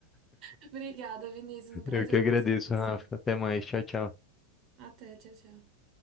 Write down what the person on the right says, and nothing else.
Obrigada, Vinícius. Um prazer
conversar com você.
Até, tchau, tchau.